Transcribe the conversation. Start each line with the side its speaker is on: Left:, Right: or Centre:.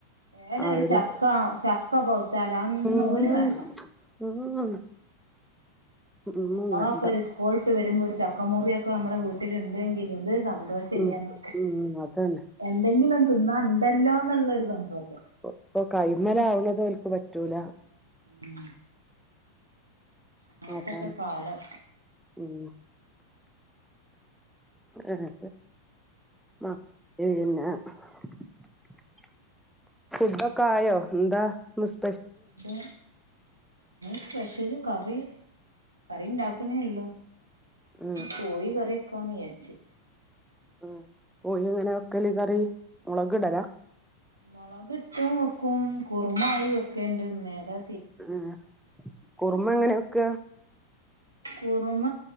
Right: ഏട
Centre: അവര്
Right: ഒരു ചക്ക ചക്ക പോത്താല് ഔന്നും
Centre: ഉം
Right: ഓല് വേണ്ട
Centre: ഉം ഒന്നും
Right: നമ്മളൊക്കെ
Centre: വേണ്ട
Right: ഒരു സ്കൂളട്ട് വരുമ്പോ ഒരു ചക്ക മുറിയൊക്കെ നമ്മെ വീട്ടിലുണ്ടെങ്കിലും സംം സന്തോഷനീ
Centre: ഉം
Right: അന്നൊക്കേ
Centre: ഉം അതന്നെ
Right: എന്തെങ്കിലും തിന്നാ ഉണ്ടല്ലോന്നുള്ളരു സന്തോഷം
Centre: ഇപ്പൊ കൈമല് ആവണത് ഓൽക്ക് പറ്റൂല
Right: ഉം അങ്ങനത്തൊക്കെ
Centre: അതാണ്
Right: കാലം
Centre: ഉം ആ മന്ന <unintelligible> ഫുഡൊക്കെ ആയോ എന്താ സ്
Right: ഫ സ്പെഷ്യല് കറി കറി ഉണ്ടാക്ക്ണെള്ളു
Centre: ഉം
Right: കൊഴി കറി വക്കാന്ന് വിചാരിച്ച്
Centre: ഉ കോഴിഅ എങ്ങനെ വെക്കല് കറി മുളക് ഇടലാ
Right: മുളകിട്ടും വെക്കും കുറുമായി വെക്കേണ്ട്ന്ന നേതാ
Centre: ആ കുറുമ എങ്ങനെ വെക്ക
Right: കുറുമ